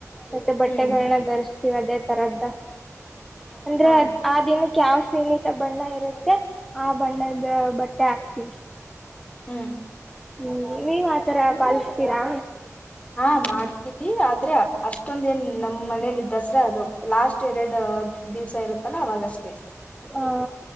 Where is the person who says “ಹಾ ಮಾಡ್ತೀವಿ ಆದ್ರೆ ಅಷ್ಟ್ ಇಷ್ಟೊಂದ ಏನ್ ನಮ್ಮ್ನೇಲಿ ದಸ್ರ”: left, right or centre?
Left